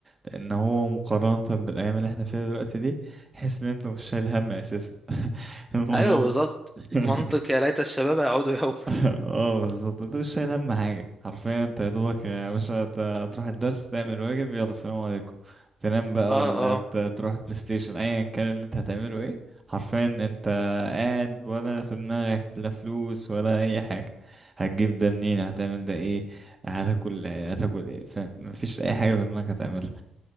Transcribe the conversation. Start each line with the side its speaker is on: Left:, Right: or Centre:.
Right: لأن هو مقارنة بالأيام اللي احنا فيها دلوقتي دي تحس إن أنت مش شايل هم أساسا <laughs> الموضوع
Centre: ايوه بالظبط
Right: <laughs>
Centre: منطق يا ليت الشباب يعودوا يوما
Right: <laughs> اه بالظبط انت مش شايل هم حاجة حرفيا انت يا دوبك يا باشا ت- تروح الدرس تعمل واجب يلا سلام عليكم تنام بقى
Centre: اه
Right: ولا ت- تروح بلاي ستيشن ايا كان اللي انت هتعمله ايه حرفيا انت قاعد ولا في دماغك لا فلوس ولا اي حاجة هتجيب ده منين هتعمل ده ايه هتاكل ايه؟ هتاكل ايه فمفيش اي حاجة في دماغك هتعملها